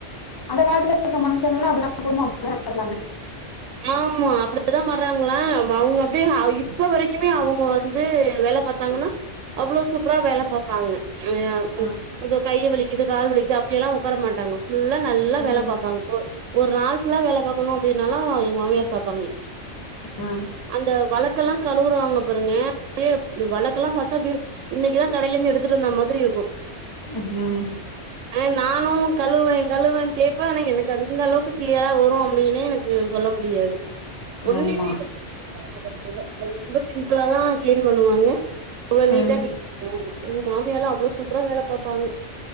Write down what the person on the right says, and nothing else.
ஆமா அப்புடிதா மறாங்களா அவ்ங்க அப்டியேதா அ இப் இப்ப வரைக்குமே அவுங்க வந்து வேல பாத்தாங்கனா அவுளோ சூப்புரா வேல பாப்பாங்க அ
வந்து கையு வலிக்குது கால் வலிக்குது அப்டியெல்லா உக்கார மாட்டாங்க ஃபுல்லா நல்லா
வேல பாப்பாங்க இப்போ ஒரு நாள் ஃபுல்லா வேல பாக்கணு அப்டின்னாலா எங்க மாமமியார் பாப்பாங்க
அந்த வளக்கெல்லா கழுவுறாங்க பாருங்க அப்டியே இந்த வளக்கெல்லா பாத்தா அப்டியே இன்னைக்குதா கடைல இருந்து எடுத்துட்டு வந்த மாதிரி இருக்கு
ஆனா நானு கழுவேன் கழுவேன் தேப்பே ஆனா எனக்கு அந்த அளவுக்கு கிளியரா வரு அப்டின்னே எனக் கு சொல்ல முடியாது ஒன்னுமே
வச்சு அவ்ங்க கடசில அவ்ங்க ரொம்ப சிம்பிளா தா கிளீன் பண்ணுவாங்க அவுளோ நீட்டா
கிளீன்
பன்னுவாங்க எங்க மாமியார்லா அவ்ளோ சூப்புரா வேல பாப்பாங்க